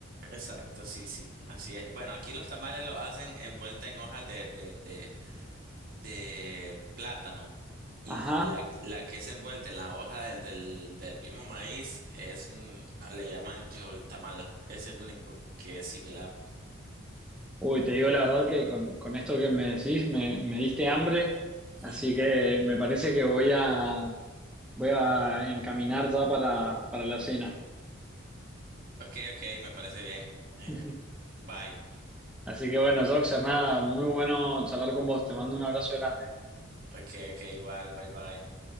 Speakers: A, on the right; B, in the centre.
A: Exacto, sí, sí, así es. Bueno, aquí los tamales lo hacen envuelta en hojas de, de, de, de plátano y
B: Ajá.
A: la, la que es envuelta en la hoja del, del, del mismo maíz es un, le llaman yol tamal, es el único que es similar. <laughs>
B: Uy, te digo la verdad que con, con esto que me decís me, me diste hambre, así
A: Hmm.
B: que me parece que voy a, voy a encaminar ya para, para la cena.
A: Ok, ok, me parece bien. Eh,
B: <laughs>
A: bye.
B: Así que bueno, Joxer, nada, muy bueno charlar con vos, te mando un abrazo grande.
A: Ok, ok, igual, bye, bye.